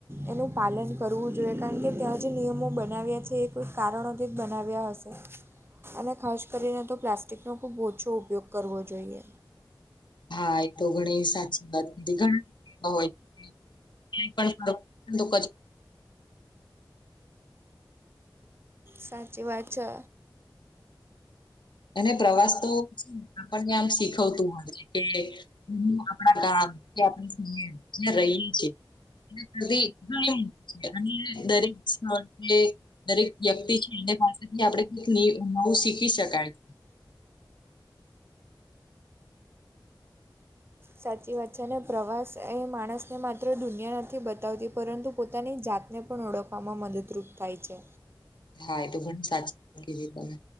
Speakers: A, on the right (about 30°); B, on the left (about 70°).
A: એનું પાલન કરવું જોઈએ કારણ કે ત્યાં જે નિયમો બનાવ્યા છે એ કોઈક કારણોથી જ બનાવ્યા હશે. અને ખાસ કરીને તો પ્લાસ્ટિકનો ખૂબ ઓછો ઉપયોગ કરવો જોઈએ.
B: હા એ તો ઘણી સાચી વાતી કીધી ઘણા <unintelligible> હોય ક્યાંય પણ <unintelligible>
A: સાચી વાત છે.
B: અને પ્રવાસ તો આપણને આમ શીખવતું હોય છે કે, હું આપણા ગામ કે આપણા શહેર જ્યાં રહીએ છીએ <unintelligible> દરેક સ્થળ કે દરેક વ્યક્તિ છે એને પાસેથી આપડે કઈક નવું શીખી શકાય.
A: સાચી વાત છે અને પ્રવાસ એ માણસને માત્ર દુનિયા નથી બતાવતી પરંતુ પોતાની જાત ને પણ ઓળખવામાં મદદરૂપ થાય છે.
B: હા એ તો ઘણી સાચી <unintelligible> કીધી તમે.